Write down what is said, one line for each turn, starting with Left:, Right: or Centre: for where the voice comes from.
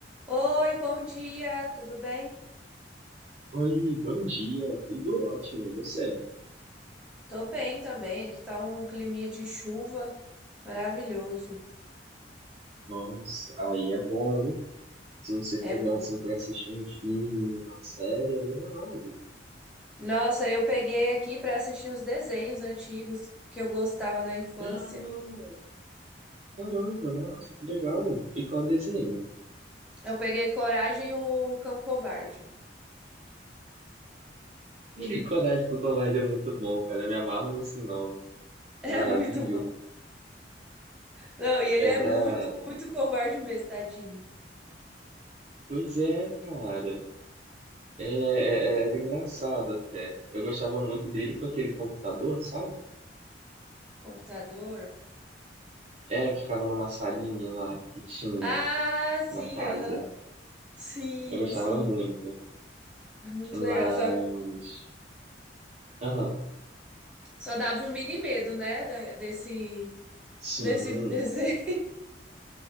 Centre: Oi, bom dia, tudo bem?
Right: Oi, bom dia, tudo ótimo, e você?
Centre: Tô bem também, aqui tá um climinha de chuva maravilhoso,
Right: Nossa, aí é bom, hein? Se você
Centre: é
Right: pegar
Centre: bom.
Right: assim pra assistir um filme, uma série, aí é live.
Centre: Nossa, eu peguei aqui pra assistir os desenhos antigos que eu gostava na infância.
Right: Ah, caramba, nossa, que legal. E qual desenho?
Centre: Eu peguei Coragem e o Cão Covarde. <laughs>
Right: <laughs> Coragem com Covarde é muito bom, cara, eu me amarro nesse nome,
Centre: É
Right: é maravilhoso.
Centre: muito bom. Não, e ele
Right: Era,
Centre: é muito, muito covarde mesmo, tadinho.
Right: pois é, cara, é, é- é, era engraçado até. Eu gostava muito dele com aquele computador, sabe?
Centre: Computador.
Right: É, que ficava numa salinha lá que tinha
Centre: Ah, sim,
Right: na casa.
Centre: aham. Sim,
Right: Eu gostava
Centre: sim.
Right: muito.
Centre: É Muito legal.
Right: Mas.
Centre: Só,
Right: Aham.
Centre: só dava um mini medo, né, da- desse,
Right: Sim.
Centre: desse desenho.